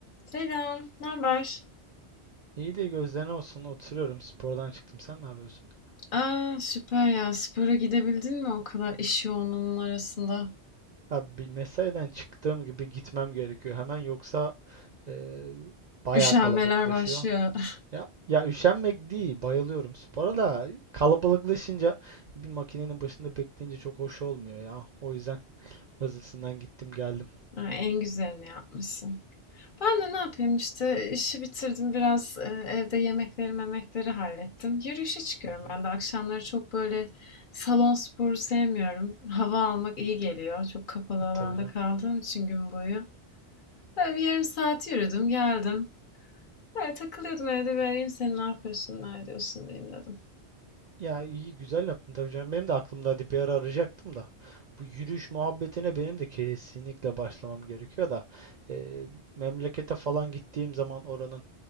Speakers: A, on the left; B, on the right.
A: Selam, ne haber?
B: İyidir gözlerine olsun. Oturuyorum. Spordan çıktım. Sen ne yapıyorsun?
A: Aa, süper ya. Spora gidebildin mi o kadar iş yoğunluğunun arasında?
B: Abi bir mesaiden çıktığım gibi gitmem gerekiyor. Hemen yoksa eee bayağı
A: Üşenmeler
B: kalabalıklaşıyor.
A: başlıyor. <laughs>
B: Ya ya üşenmek değil. Bayılıyorum spora da kalabalıklaşınca bir makinenin başında bekleyince çok hoş olmuyor ya. O yüzden hızlısından gittim geldim.
A: Ha, en güzelini yapmışsın. Ben de ne yapayım işte işi bitirdim biraz e, evde yemekleri memekleri hallettim. Yürüyüşe çıkıyorum
B: Hı hı.
A: ben de akşamları çok böyle salon sporu sevmiyorum. Hava almak iyi geliyor. Çok kapalı
B: E,
A: alanda
B: Tabii canım.
A: kaldığım için gün boyu. Böyle bir yarım saat yürüdüm geldim. Böyle takılıyordum evde vereyim arayayım seni, ne yapıyorsun, ne ediyorsun diyeyim dedim.
B: Ya iyi güzel yaptın tabii canım. Benim de aklımda bir ara arayacaktım da. Bu yürüyüş muhabbetine benim de kesinlikle başlamam gerekiyor da. e, memlekete falan gittiğim zaman oranın